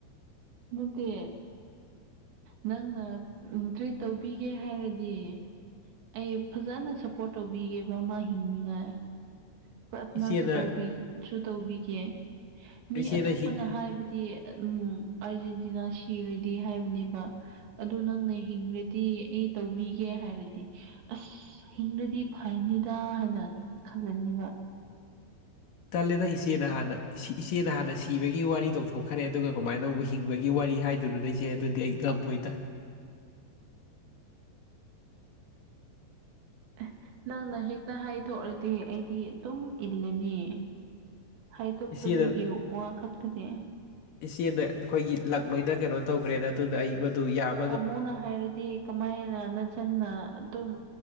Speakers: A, on the right (about 90°); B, on the left (about 55°).
A: ꯃꯠꯇꯦ ꯅꯪꯅ ꯇ꯭ꯔꯤꯠ ꯇꯧꯕꯤꯒꯦ ꯍꯥꯏꯔꯗꯤ ꯑꯩ ꯐꯖꯅ ꯁꯞꯄꯣꯔꯠ ꯇꯧꯕꯤꯒꯦꯕ ꯑꯃ ꯍꯤꯡꯅꯤꯉꯥꯏ ꯄ꯭ꯔꯊꯅꯥꯁꯨ
B: ꯏꯆꯦꯅ
A: ꯇꯧꯕꯤꯁꯨ ꯇꯧꯕꯤꯒꯦ ꯃꯤ
B: ꯏꯆꯦꯅ
A: ꯑꯇꯣꯞꯄꯅ
B: ꯍꯤꯡ
A: ꯍꯥꯏꯕꯗꯤ ꯎꯝ ꯑꯥꯔꯖꯦꯟꯇꯤꯅꯥ ꯁꯤꯔꯗꯤ ꯍꯥꯏꯕꯅꯦꯕ ꯑꯗꯨ ꯅꯪꯅ ꯍꯤꯡꯕꯗꯤ ꯑꯩ ꯇꯧꯕꯤꯒꯦ ꯍꯥꯏꯔꯗꯤ ꯑꯁ ꯍꯤꯡꯗꯗꯤ ꯐꯩꯅꯤꯗ ꯍꯥꯏꯅ ꯈꯜꯂꯅꯦꯕ
B: ꯇꯜꯂꯦꯗꯁ ꯏꯆꯦꯅ ꯍꯥꯟꯅ ꯏꯆꯦꯅ ꯍꯥꯟꯅ ꯁꯤꯕꯒꯤ ꯋꯥꯔꯤ ꯇꯧꯊꯣꯛꯈ꯭ꯔꯦ ꯑꯗꯨꯒ ꯀꯃꯥꯏꯅ ꯇ ꯍꯤꯡꯕꯒꯤ ꯋꯥꯔꯤ ꯍꯥꯏꯗꯨꯅꯣ ꯆꯆꯦ ꯑꯗꯨꯗꯤ ꯑꯩ ꯝꯕꯣꯏꯗ
A: <unintelligible> ꯅꯪꯅ ꯍꯦꯛꯇ ꯍꯥꯏꯊꯣꯛꯑꯗꯤ ꯑꯩꯗꯤ ꯑꯗꯨꯝ ꯏꯜꯂꯅꯤ ꯍꯥꯏꯇ
B: ꯏꯆꯦꯅ
A: ꯇꯕꯒꯤ꯭ꯌꯨ ꯋꯥ ꯀꯥꯛꯇꯥꯗꯤ
B: ꯏꯆꯦꯅ ꯑꯩꯈꯣꯏꯒꯤ ꯂꯛ ꯂꯣꯏꯅ ꯀꯩꯅꯣ ꯇꯧꯈ꯭ꯔꯦꯅ ꯑꯗꯨꯅ ꯑꯩ ꯃꯗꯨ ꯌꯥꯝ
A: ꯇꯥꯃꯣꯅ ꯍꯥꯏꯔꯗꯤ ꯀꯃꯥꯏꯅ ꯅꯆꯟꯅ ꯑꯗꯨꯝ